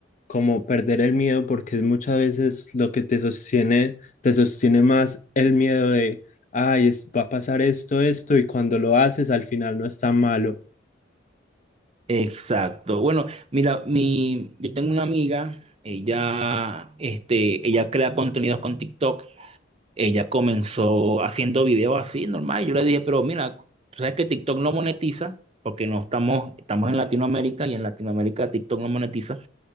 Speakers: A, on the left; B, on the right.
A: como perder el miedo porque muchas veces lo que te sostiene, te sostiene más el miedo de, ay, es- va a pasar esto, esto y cuando lo haces al final no es tan malo
B: Exacto. Bueno, mira, mi, yo tengo una amiga, ella, este, ella crea contenidos con TikTok Ella comenzó haciendo videos así, normal. Yo le dije, pero mira, tú sabes que TikTok no monetiza, porque no estamos, estamos en Latinoamérica y en Latinoamérica TikTok no monetiza.